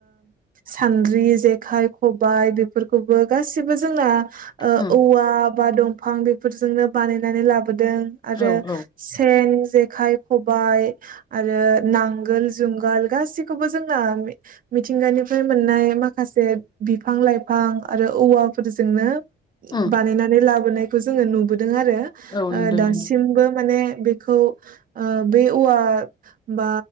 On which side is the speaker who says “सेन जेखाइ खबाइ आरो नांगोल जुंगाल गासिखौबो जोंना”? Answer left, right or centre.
Right